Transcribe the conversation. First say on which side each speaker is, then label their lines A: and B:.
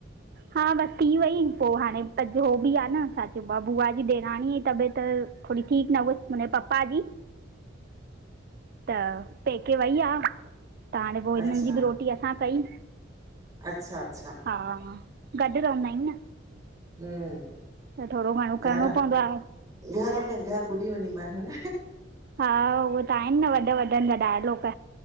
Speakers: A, on the right; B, on the right.
A: हा बसि थी वई पो हाणे अॼ ओ बि आ न छा चइब आ बुआ जी ॾेराणीअ जी तबियत थोड़ी ठीकु न हुई उनजे पपा जी। त पेके वई आ, त हाणे पो हिननि
B: अच्छा
A: जी बि रोटी असां कई।
B: अच्छा अच्छा।
A: हा गॾु रहंदा आहियूं न।
B: हां,
A: त थोरो घणो करिणो
B: घर
A: पवंदो आहे
B: घर में घरु ॿुॾी वञी मरु।
A: हा उहे त आहिनि न वॾनि वॾनि जा डायलॉग।